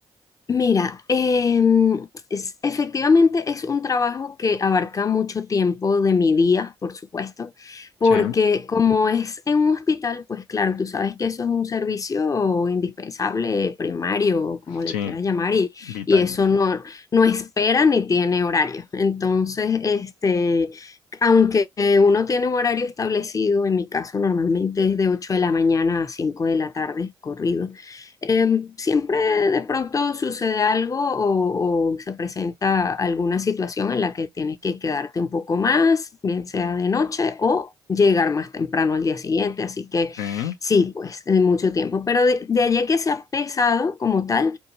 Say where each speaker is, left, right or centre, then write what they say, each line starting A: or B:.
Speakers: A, on the left; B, on the left.
A: Mira, em, es- efectivamente es un trabajo que abarca mucho tiempo de mi día, por supuesto, porque
B: Sí,
A: como es en un hospital, pues claro, tú sabes que eso es un servicio indispensable, primario, o como le
B: sí.
A: quieras llamar, y,
B: Vital.
A: y eso no, no espera ni tiene horario. Entonces, este, aunque uno tiene un horario establecido, en mi caso normalmente es de 8 de la mañana a 5 de la tarde, corrido Em, siempre de pronto sucede algo o, o se presenta alguna situación en la que tienes que quedarte un poco más, bien sea de noche o llegar más temprano al día siguiente. Así que
B: ¿Eh?
A: sí, pues de mucho tiempo. Pero de, de allí a que sea pesado como tal,